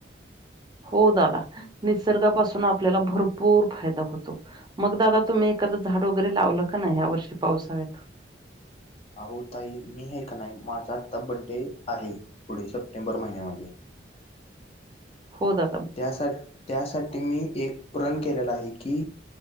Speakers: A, on the right; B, on the left.
A: हो दादा निसर्गापासून आपल्याला भरपूर फायदा होतो. मग दादा तुम्ही एखाद झाड वगैरे लावलं का नाही या वर्षी पावसाळ्यात.
B: अहो ताई मी हे का नाही माझा आत्ता बड्डे आहे पुढे सप्टेंबर महिन्यामध्ये
A: हो दा
B: त्यासाठ त्यासाठी मी एक प्रण केलेला आहे की